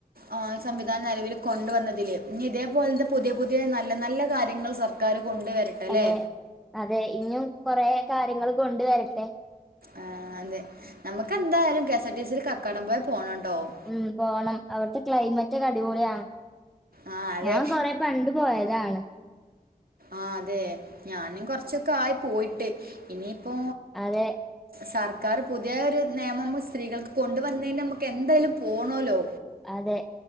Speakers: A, on the right (about 75°); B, in the centre.
A: ആഹ് സംവിധാനം നിലവിൽ കൊണ്ടുവന്നതില് ഇനി ഇതേപോലെത്തെ പുതിയ പുതിയ നല്ല നല്ല കാര്യങ്ങൾ സർ ക്കാർ കൊണ്ടുവരട്ടെ അല്ലേ
B: അതെ അതെ ഇനിയും കൊറേ കാര്യങ്ങൾ കൊണ്ട് വരട്ടെ
A: ആഹ് അതെ നമുക്ക് എന്തായാലും കെഎസ്ആർ ടി സി യി ൽ കക്കാടം വരെ പോണംണ്ടാവും
B: ഉം പോണം അവിടുത്തെ ക്ലൈമറ്റ് ഒക്കെ അടിപൊളിയാണ്
A: ആഹ് അതെ
B: ഞാൻ കൊറേ പണ്ട് പോയതാണ്
A: ആഹ് അതെ ഞാനും കൊറച്ചൊക്കെ ആയി പോയിട്ട് ഇനിയിപ്പൊ
B: അതെ
A: സർക്കാർ പുതിയ ഒരു നിയമം സ്ത്രീകൾക്ക് കൊണ്ടുവന്നതിന് നമുക്ക് എന്തായാലും പോണോല്ലൊ
B: അതെ